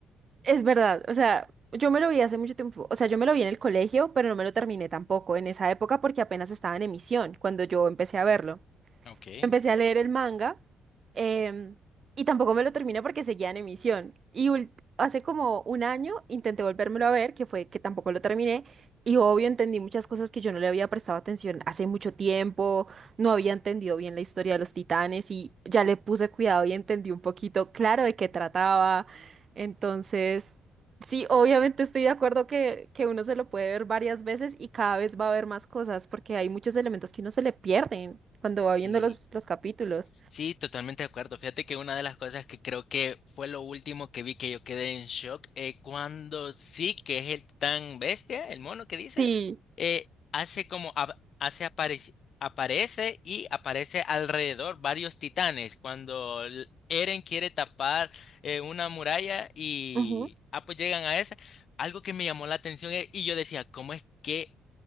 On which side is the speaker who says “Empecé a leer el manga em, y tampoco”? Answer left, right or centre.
Right